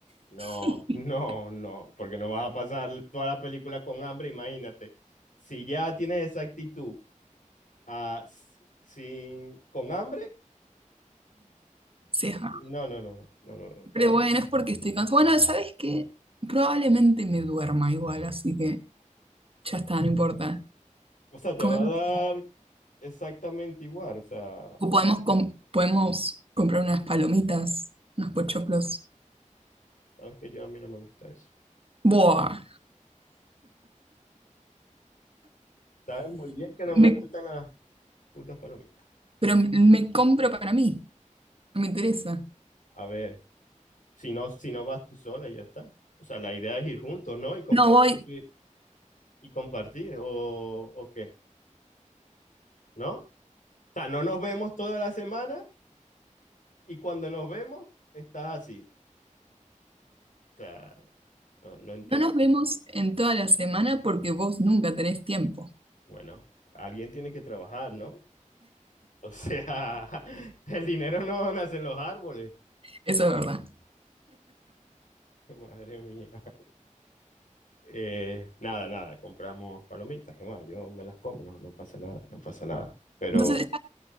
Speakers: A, on the left; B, on the right.
A: No,
B: <laughs>
A: no, no, porque no vas a pasar toda la película con hambre, imagínate. Si ya tienes esa actitud ah, sin, con hambre,
B: Sí, es verdad.
A: no, no, no, no, no, no. no.
B: Pero bueno, es porque estoy cansada. Bueno, ¿sabes qué? Probablemente me duerma igual, así que ya está, no importa.
A: O sea, te
B: Comemos.
A: va a dar exactamente igual. O sea,
B: O podemos, com- podemos comprar unas palomitas, unos pochoclos.
A: sabes que yo a mí no me gusta eso.
B: Buah.
A: Sabes muy bien que no me
B: Me-
A: gustan las putas palomitas.
B: pero me compro para mí. No me interesa.
A: A ver, si no, si no vas tú sola y ya está. O sea, la idea es ir juntos, ¿no? Y compartir,
B: No voy.
A: y compartir, o, o qué, ¿no? O sea, no nos vemos toda la semana y cuando nos vemos estás así. O sea, no, no entiendo.
B: No nos vemos en toda la semana porque vos nunca tenés tiempo.
A: Bueno, alguien tiene que trabajar, ¿no? O sea, <laughs> el dinero no nace en los árboles.
B: Eso es verdad.
A: <laughs> Madre mía. Eh, nada, nada, compramos palomitas, que más, yo me las como, no, no pasa nada, no pasa nada. Pero,
B: Entonces,